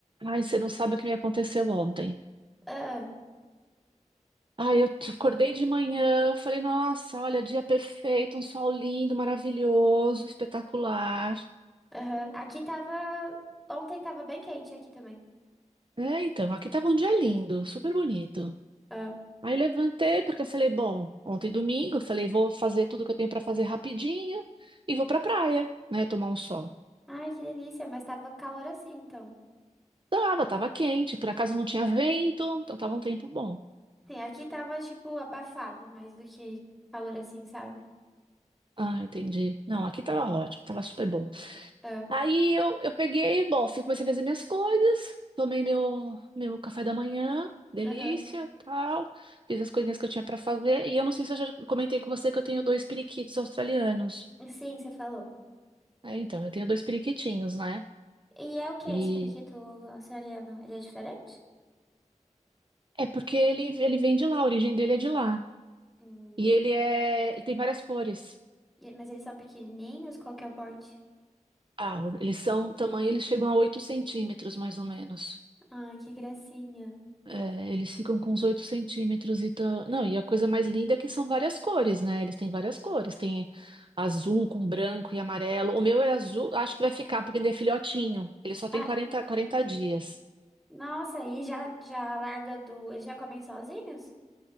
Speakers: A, on the right; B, in the centre.
A: Ai, você não sabe o que me aconteceu ontem.
B: Ah,
A: Ai, eu te- acordei de manhã, falei, nossa, olha, dia perfeito, um sol lindo, maravilhoso, espetacular.
B: aham. Aqui tava. Ontem tava bem quente aqui também.
A: É, então, aqui tava um dia lindo, super bonito.
B: Ah.
A: Aí levantei porque eu falei, bom, ontem domingo, eu falei, vou fazer tudo que eu tenho pra fazer rapidinho e vou pra praia, né, tomar um sol.
B: Ai, que delícia, mas tava calor assim, então.
A: Tava, tava quente, por acaso não tinha vento, então tava um tempo bom.
B: Sim, aqui tava, tipo, abafado mais do que calor assim, sabe?
A: Ah, entendi. Não, aqui tava ótimo, tava super bom.
B: Ah,
A: Aí eu, eu peguei, bom, fui- comecei a fazer minhas coisas, tomei meu, meu café da manhã, delícia,
B: aham.
A: tal, fiz as coisinhas que eu tinha pra fazer, e eu não sei se eu já comentei com você que eu tenho dois periquitos australianos.
B: Sim, você falou.
A: É, então, eu tenho dois periquitinhos, né?
B: E é o que
A: E
B: esse periquito australiano? Ele é diferente?
A: é porque ele, ele vem de lá, a origem dele é de lá.
B: Hum.
A: E ele é, ele tem várias cores.
B: e- Mas eles são pequenininhos? Qual que é o porte?
A: Ah, eles são, o tamanho, eles chegam a 8 centímetros, mais ou menos.
B: Ah, que gracinha.
A: É, eles ficam com uns 8 centímetros e tão... Não, e a coisa mais linda é que são várias cores, né? Eles têm várias cores. Tem azul com branco e amarelo. O meu é azul, acho que vai ficar, porque ele é filhotinho. Ele só tem
B: Ah,
A: quarenta quarenta dias.
B: nossa, e já, já larga do. Eles já comem sozinhos?